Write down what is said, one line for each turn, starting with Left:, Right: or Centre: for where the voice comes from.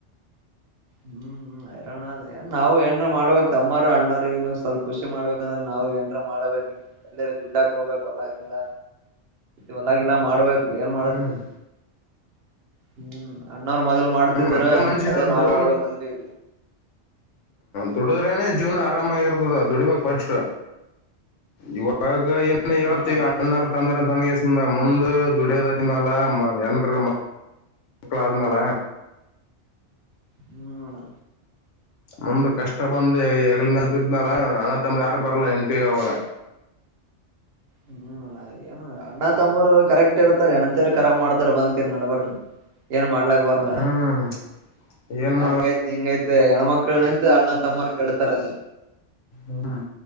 Right: ಹ್ಮ್ ಹರನ್ ನಾವು ಏನ್ರ ಮಾಡ್ಬೇಕ್ ತಮ್ಮರು ಅಣ್ಣ್ರಗನು ಸ್ವಲ್ಪ ಖುಷಿ ಮಾಡಬೇಕಂದ್ರೆ ನಾವು ಏನ್ರ ಮಾಡ್ಬೇಕು ಎಲ್ಲ ದುಡ್ಡಾಕ್ ಹೋಗ್ಬೇಕು ಹೊಲಾಗಿಲ್ಲ ಹೊಲಾಗಿಲ್ಲಾ ಮಾಡ್ಬೇಕು ಏನ್ ಮಾಡತ್ತಾರೆ
Left: ಹ್ಮ್
Right: ಹ್ಮ್ ಅಣ್ಣವರು ಮೊದ್ಲ್ ಮಾಡ್ತಿದ್ರ
Left: ಪ್ರತಿ ಮನುಷ್ಯರದ್ದು
Right: ಅದೇ ನಾವ್ ಮಾಡ್ಬೇಕಂತವಿ
Left: ದುಡಿದ್ರೇನೆ ಜೀವನ ಆರಾಮಾಗಿರ್ತದ ದುಡಿಬಾಗ ಫಸ್ಟ್ ಇವಾಗ ಈಗ ಏನ್ ಹೇಳತಿವಿ
Right: ಹಾ ದುಡಿಬೇಕಣ್ಣ
Left: ಅಣ ತಂದ ಮುಂದ ದುಡಿಯದಾದ್ಮಾಲ ಹೆಂಡ್ರು ಮಕ್ಕ ಮಕ್ಕಳಾದ್ಮಾಲ
Right: ಹ್ಮ
Left: ಮುಮ್ದ್ ಕಷ್ಟ ಬಂದೆ ಹೆಗಲ್ ಮೇಲ್ ಬಿದ್ಮ್ಯಾಲ ಹಣ ಯಾರು ಬರಲ್ಲ ನೆನ್ಪಿಗ ಅವಾಗ
Right: ಹ್ಮ್ ಏನು ಅಣ್ಣ ತಮ್ಮೂರು ಕರೆಕ್ಟ್ ಇರ್ತಾರೆ ಹೆಣಂತ ಕರಾ ಮಾಡ್ತಾರ ಬಂದ್ ಕರ್ ನಡಬಾರ ಏನ್ ಮಾಡ ಬರಲ್ಲ
Left: ಹ್ಮ್ ಏನ್
Right: ಹಂಗೈತಿ
Left: ಮಾಡಕ್
Right: ಹಿಂಗೈತಿ ಮ ಹೆಣ್ಮಕ್ಳ ನಿಂತ ಅಣ್ಣ ತಮ್ಮರ್ ಕೇಳ್ತಾರಲ್ಲ
Left: ಹ್ಮ್